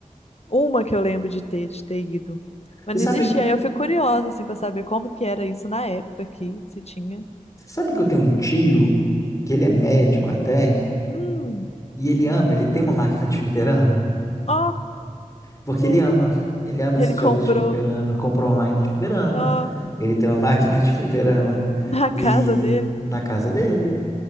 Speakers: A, on the left (about 50°); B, on the left (about 25°).
A: uma que eu lembro de ter, de ter ido. Mas
B: Você
A: não
B: sabe,
A: existia, aí eu fico curiosa, assim, pra saber como que era isso na época aqui, se tinha.
B: você sabe que eu tenho um tio que ele é médico até,
A: Hum,
B: e ele ama, ele tem uma máquina de fliperama?
A: ó,
B: Porque
A: que
B: ele
A: lou-
B: ama. Ele ama
A: ele
B: esses
A: comprou,
B: jogos de fliperama. Comprou uma máquina de fliperama.
A: ó,
B: Ele tem uma <laughs> máquina de fliperama.
A: <laughs> na
B: E
A: casa dele.
B: na casa dele.